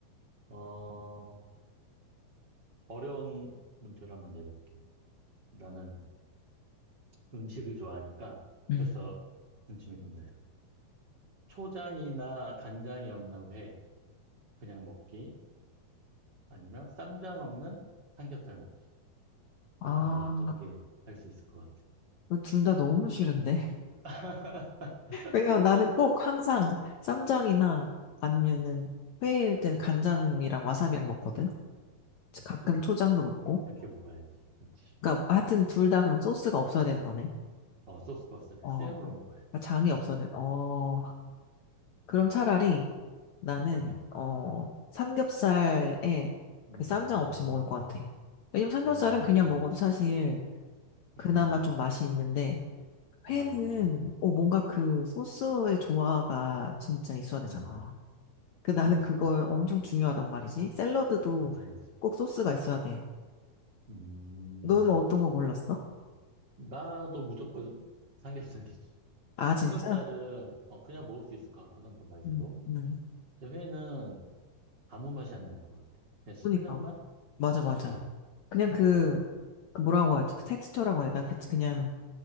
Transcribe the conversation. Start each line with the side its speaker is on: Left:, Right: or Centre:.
Right: 어, 어려운 문제를 한번 내볼게. 나는 음식을 좋아하니까
Left: 음.
Right: 벌써 군침이 돈다. 야. 초장이나 간장이 없는 회 그냥 먹기 아니면 쌈장 없는 삼겹살 먹기.
Left: 아,
Right: 넌 어떤 게 할 수 있을 것
Left: 둘 다 너무 싫은데.
Right: 같아? <laughs>
Left: 왜냐면 나는 꼭 항상 쌈장이나 아니면은 회일 땐 간장이랑 와사비랑 먹거든.
Right: 그치.
Left: 가끔 초장도 먹고.
Right: 그렇게 먹어야지. 그치.
Left: 그러니까 하여튼 둘 다 그럼 소스가 없어야 되는 거네.
Right: 어, 소스가 없을 때
Left: 어.
Right: 생으로 먹어야 돼.
Left: 아, 장이 없어야 돼. 어. 그럼 차라리 나는
Right: 음,
Left: 어 삼겹살에
Right: 음,
Left: 그 쌈장 없이 먹을 것 같아. 왜냐면 삼겹살은
Right: 음,
Left: 그냥 먹어도 사실 그나마
Right: 음,
Left: 좀 맛이 있는데
Right: 맞아,
Left: 회는
Right: 맞아.
Left: 어 뭔가 그 소스의 조화가 진짜 있어야 되잖아.
Right: 음,
Left: 그 나는
Right: 그렇지.
Left: 그걸 엄청 중요하단 말이지. 샐러드도
Right: 그치, 그치. 그치.
Left: 꼭 소스가 있어야 돼.
Right: 음.
Left: 너는 어떤 거 골랐어?
Right: 나도 무조건 삼겹살이지.
Left: 아, 진짜?
Right: 삼겹살은 어, 그냥 먹을 수 있을 것 같거든, 너 말대로.
Left: 응, 응.
Right: 근데 회는 아무 맛이 안 날 것 같아. 그냥 씹는
Left: 그니까.
Right: 맛?
Left: 맞아, 맞아.
Right: 어,
Left: 그냥 그,
Right: 어,
Left: 그 뭐라고 하지? 그 텍스처라고 해야 되나? 그, 그냥,